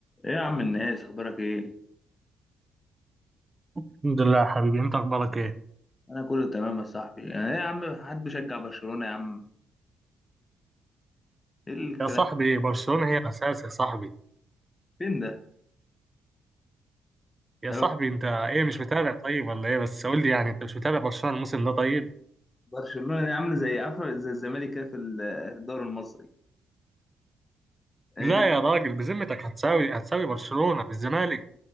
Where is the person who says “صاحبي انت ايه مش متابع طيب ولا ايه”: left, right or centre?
Right